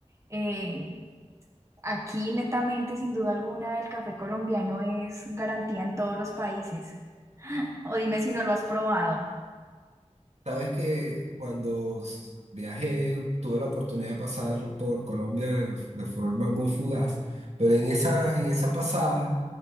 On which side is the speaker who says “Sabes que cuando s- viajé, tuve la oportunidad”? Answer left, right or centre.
Right